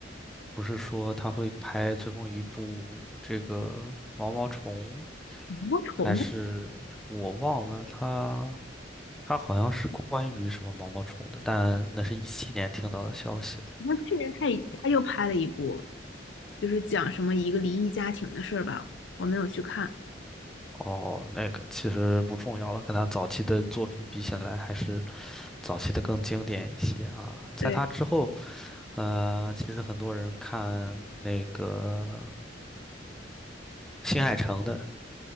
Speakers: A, in the centre; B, on the left.
A: 不是说他会拍最后一部这个毛毛虫，
B: 魔虫，
A: 还是我忘了他他好像是关于什么毛毛虫的，但那是一七年听到的消息了。
B: 那去年他也他又拍了一部，就是讲什么一个离异家庭的事儿吧，我没有去看。
A: 哦，那个其实不重要了，跟他早期的作品比起来，还是早期的更经典一些啊。在他之后，
B: 对，
A: 呃，其实很多人看那个新海诚的。